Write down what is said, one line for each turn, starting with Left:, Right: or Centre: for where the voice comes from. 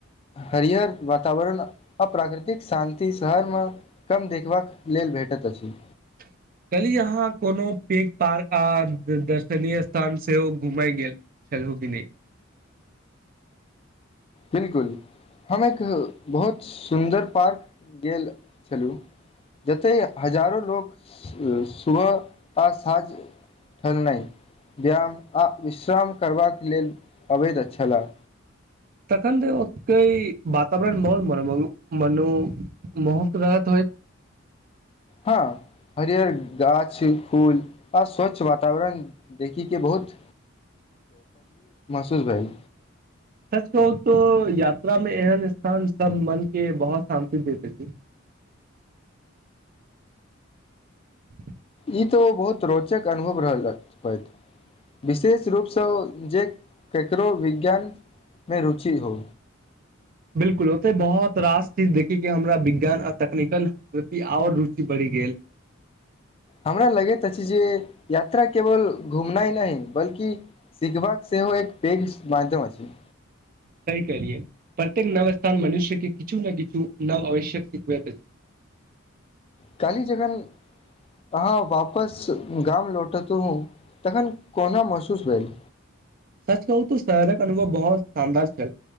Left: हरीयर वातावरण आ प्राकृतिक शान्ति शहर म कम देखबाक लेल भेटैत अछि
Right: <inaudible> कहली यहाँ कोनो प पार्क आ दर्शनीय स्थान सेहो घुमई गेल चलू के ने
Left: बिलकुल हम एक बहुत सुन्दर पार्क गेल छलू जतय हजारो लोग सुबह आ साँझ ठ नहि व्यायाम आ विश्राम करबाक लेल अवैध छलाह
Right: तखन त ओतई वातावरण बहुत मन मन मनो मोहक रहत होयत
Left: हँ हरियर गाछ फूल आ स्वच्छ वातावरण देखिके बहुत दूर भ
Right: सच कहू तो यात्रा मे एहन स्थान सब मन के बहुत शान्ति देते छै <inaudible>
Left: ई तो बहुत रोचक अनुभव रहल होइत भेईत विशेष रूपसँ जे केकरो विज्ञान मे रुचि हो
Right: बिल्कुल ओते बहुत रास चीज देखीे के हमरा विज्ञान आ तेक्निकल प्रति आओर रुचि बढ़ी गेल
Left: हमरा लगैत अछि जे यात्रा केवल घुमना ह नहि बल्कि सिखबाक से सेहो एक पे माधयम अछि
Right: सहि कहेलिए प्रत्यक नवस्थान मनुष्य के किछु ने किछु नव आवश्यक सिखबै पे छै <inaudible>
Left: कहली जखन अहाँ वापस गाम लौटत हू तखन कोना महसूस भेल
Right: सच कहू तऽ शहरक अनुभव बहुत शानदार छलल